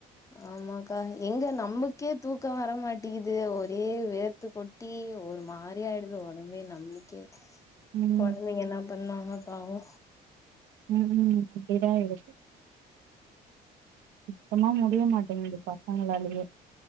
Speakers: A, on the left; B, on the right.
A: ஆமாக்கா எங்க நம்மக்கே தூக்க வரமாட்டிக்குது ஒரே வேர்த்து கொட் ட்டி ஒரு மாரி ஆயிடுது ஒடம்பே நம்ளுக்கே
B: ம்
A: கொழந்தைங்க என்ன பண்ணுவாங்க பாவோ
B: ம் ம் இப்டிதா இருக்கு சுத்தமா முடிய மாட்டிங்குது பசங்களாலேயே